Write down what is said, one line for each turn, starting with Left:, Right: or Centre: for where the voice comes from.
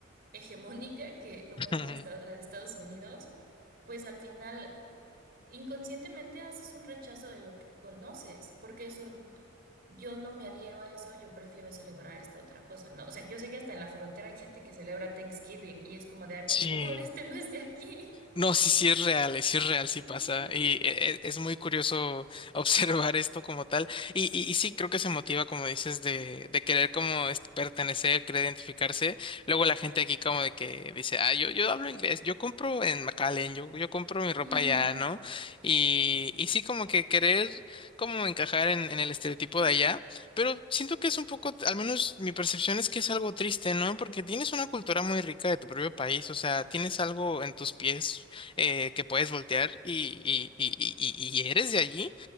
Right: hegemónica, que como
Left: <laughs>
Right: es la de, Esta- la de Estados Unidos, pues al final inconscientemente haces un rechazo de lo que conoces, porque es un yo no me adhiero a eso, yo prefiero celebrar esta otra cosa, ¿no? O sea, yo sé que hasta en la frontera hay gente que celebra Thanksgiving y es como de, ay, por
Left: Sí.
Right: favor, <laughs> este no es de aquí.
Left: No, sí, sí es real, eh, sí es real, sí
Right: Ujú,
Left: pasa. Y e- e- es muy curioso <laughs> observar esto como tal. Y, y, y sí, creo que se motiva, como dices, de, de querer como es- pertenecer, querer identificarse. Luego la gente aquí como de que dice, ah, yo, yo hablo inglés, yo compro en McAllen, yo, yo compro mi ropa
Right: ujú.
Left: allá, ¿no? Y, y sí, como que querer como encajar en, en el estereotipo de allá. Pero siento que es un poco, al menos mi percepción es que es algo triste, ¿no? Porque tienes una cultura muy rica de tu propio país, o sea, tienes algo en tus pies eh, que puedes voltear y, y, y, y, y- y eres de allí